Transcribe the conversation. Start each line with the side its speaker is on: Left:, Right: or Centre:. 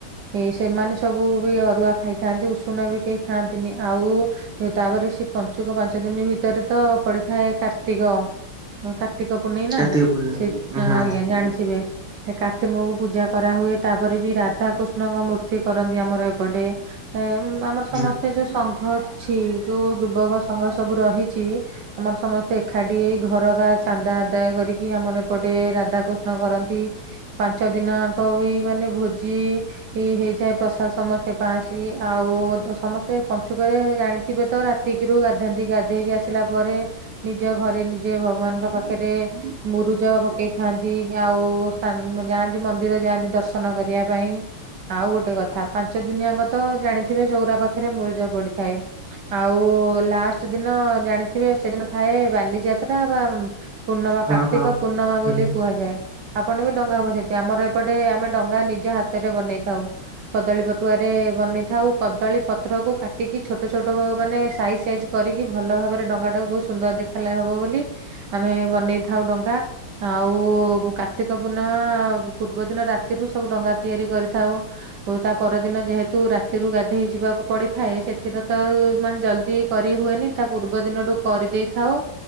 Right: ଏ ସେମାନେ ସବୁ ବି ଅରୁଆ ଖାଇଥାନ୍ତି ଉଷୁନା ବି କେହି ଖାଆନ୍ତିନି। ଆଉ ତାପରେ ସେ ପଞ୍ଚୁକ ପାଞ୍ଚ ଦିନ ଭିତରେ ତ ପଡିଥାଏ କାର୍ତ୍ତିକ କାର୍ତ୍ତିକ ପୁନେଇ ନା
Centre: କାର୍ତ୍ତିକ ପୂର୍ଣ୍ଣିମା
Right: ସେ ଆଜ୍ଞା
Centre: ହଁ
Right: ଜାଣିଥିବେ। ସେ କାର୍ତ୍ତିକଙ୍କୁ ପୂଜା କରାହୁଏ ତାପରେ ବି ରାଧାକୃଷ୍ଣଙ୍କ ମୂର୍ତ୍ତି କରନ୍ତି ଆମର ଏପଟେ। ଏ ଆମର ସମସ୍ତେ
Centre: ହୁଁ।
Right: ଯୋଉ ସଂଘ ଅଛି ଯୋଉ ଯୁବକ ସଂଘ ସବୁ ରହିଛି ଆମର ସମସ୍ତେ ଏକାଠି ହେଇ ଘର କା ଚାନ୍ଦା ଆଦାୟ କରିକି ଆମର ଏପଟେ ରାଧାକୃଷ୍ଣ କରନ୍ତି। ପାଞ୍ଚ ଦିନଆଙ୍କ ବି ମାନେ ଭୋଜି ଏ ହେଇଯାଏ ପ୍ରସାଦ ସମସ୍ତେ ପାଆନ୍ତି ଆଉ ସମସ୍ତେ ପଞ୍ଚୁକରେ ଜାଣି ଥିବେ ତ ରାତିକିରୁ ଗାଧନ୍ତି ଗାଧେଇକି ଆସିଲା ପରେ ନିଜ ଘରେ ନିଜେ ଭଗବାନଙ୍କ ପାଖରେ ମୁରୁଜ ପକେଇଥାନ୍ତି ସ୍ଥାନ ଆଉ ଯାଆନ୍ତି ମନ୍ଦିର ଯାଆନ୍ତି ଦର୍ଶନ କରିବା ପାଇଁ। ଆଉ ଗୋଟେ କଥା ପାଞ୍ଚ ଦିନିଆଙ୍କ ତ ଜାଣିଥିବେ ଚଉରା ପାଖରେ ମୁରୁଜ ପଡିଥାଏ। ଆଉ ଲାଷ୍ଟ ଦିନ ଜାଣିଥିବେ ସେଦିନ ଥାଏ ବାଲିଯାତ୍ରା ବା ପୂର୍ଣ୍ଣମା
Centre: ହଁ
Right: କାର୍ତ୍ତିକ
Centre: ହଁ
Right: ପୂର୍ଣ୍ଣମା
Centre: ହୁଁ
Right: ବୋଲି କୁହାଯାଏ। ଆପଣ ବି ଡଙ୍ଗା ଭସେଇଥିବେ ଆମର ଏପଟେ ଆମେ ଡଙ୍ଗା ନିଜେ ହାତରେ ବନେଇଥାଉ। କଦଳୀ ପଟୁଆ ରେ ବନେଇଥାଉ। କଦଳୀ ପତ୍ର କୁ କାଟିକି ଛୋଟ ଛୋଟ ମାନେ ସାଇଜ ସାଇଜ କରିକି ଭଲ ଭାବରେ ଡଙ୍ଗା ଟାକୁ ବହୁତ ସୁନ୍ଦର ଦେଖାଲା ହବ ବୋଲି ଆମେ ବନେଇଥାଉ ଡଙ୍ଗା। ଆଉ କାର୍ତ୍ତିକ ପୂର୍ଣ୍ଣମା ପୂର୍ବ ଦିନ ରାତିରୁ ସବୁ ଡଙ୍ଗା ତିଆରି କରିଥାଉ। ଓଉ ତା ପରଦିନ ଯେହେତୁ ରାତିରୁ ଗାଧେଇ ଯିବାକୁ ପଡିଥାଏ ସେଥିରେ ତ ମାନେ ଜଲଦି କରି ହୁଏନି ତା ପୂର୍ବ ଦିନଠୁ କରିଦେଇଥାଉ।